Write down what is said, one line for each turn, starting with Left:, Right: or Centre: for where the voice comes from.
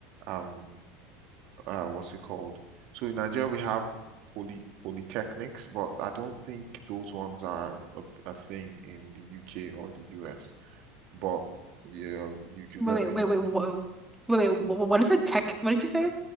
Right: um uh what's it called? So in Nigeria we have poly polytechnics, but I don't think those ones are a, a thing in the UK or the US. But yeah, um, you could
Centre: Wait,
Right: let me
Centre: wait, wait,
Right: know
Centre: wait, whoa. Wait, wait, wh- what is a tech? What did you say?